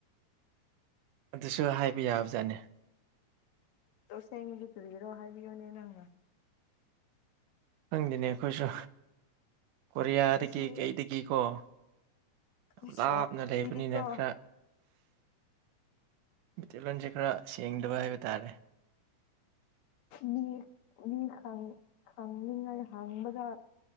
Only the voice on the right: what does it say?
ꯑꯗꯨꯁꯨ ꯍꯥꯏꯕ ꯌꯥꯕꯖꯥꯠꯅꯤ
ꯈꯪꯗꯤꯅꯦ ꯑꯩꯈꯣꯏꯁꯨ ꯀꯣꯔꯤꯌꯥꯗꯒꯤ
ꯀꯩꯗꯒꯤꯀꯣ ꯌꯥꯝ
ꯂꯥꯞꯅ
ꯂꯩꯕꯅꯤꯅ ꯈꯔ ꯃꯩꯇꯩꯜꯂꯣꯟꯁꯦ ꯈꯔ ꯁꯦꯡꯗꯕ ꯍꯥꯏꯕ ꯇꯥꯔꯦ